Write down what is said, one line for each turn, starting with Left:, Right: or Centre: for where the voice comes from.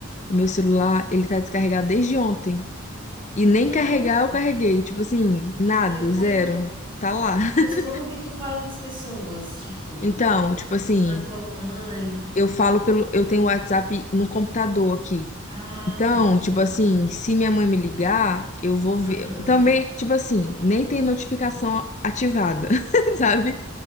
Left: o meu celular, ele tá descarregado desde ontem e nem
Right: Nossa,
Left: carregar eu carreguei, tipo assim, nada,
Right: meu
Left: zero.
Right: Deus.
Left: Tá lá. <laughs>
Right: Mas como que tu fala com as pessoas? Tipo,
Left: Então, tipo assim,
Right: com a tua mãe?
Left: eu falo pelo eu tenho o WhatsApp no computador aqui.
Right: Ah,
Left: Então,
Right: tá, entendi.
Left: tipo assim, se minha mãe me ligar, eu vou ver.
Right: Aham.
Left: Também, tipo assim, nem tem notificação ativada, <laughs> sabe?